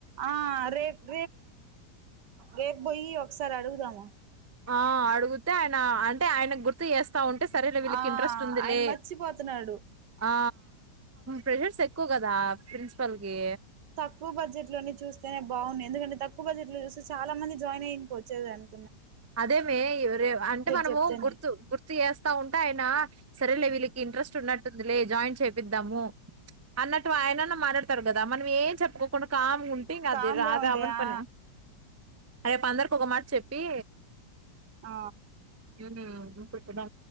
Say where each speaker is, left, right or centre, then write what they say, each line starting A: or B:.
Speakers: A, on the right; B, on the right.
A: ఆ రేపు రేపు బొయ్యి ఒక ఒకసారి అడుగుదామా
B: ఆ అడుగుతే ఆయన అంటే ఆయన గుర్తు చేస్త స్తా ఉంటే సరేలే వీళ్ళకి
A: ఆ
B: ఇంట్రెస్ట్ ఉందిలే
A: ఆయన మర్చిపోతున్నాడు
B: ఆ ప్రెషర్స్ ఎక్కువ కదా ప్రిన్సిపల్ కి
A: తక్కువ బడ్జెట్ లో చూస్తేనే బాగున్నాయి ఎందుకంటే తక్కువ బడ్జెట్ లో చూసి చాలా మంది జాయిన్ అయి ఇంక వచ్చేదాన్ని
B: అదేమే అంటే మనము
A: చెప్తేనే
B: గుర్తు గుర్తు చేస్తా ఉంటే ఆయనా సరేలే వీళ్ళకి ఇంట్రెస్ట్ ఉన్నట్టుందిలే జాయిన్ చేపిద్దాము అన్నట్టు ఆయనన్న మాట్లాడతారు కదా మనం ఏం చెప్పుకోకుండా కా ఉంటంగా అది
A: కామ్గా
B: రాద
A: ఉంటే
B: అవను
A: ఆ
B: పన రేపు అందరికి ఒక మాట చెప్పి
A: ఆ
B: ఉ పెట్టడా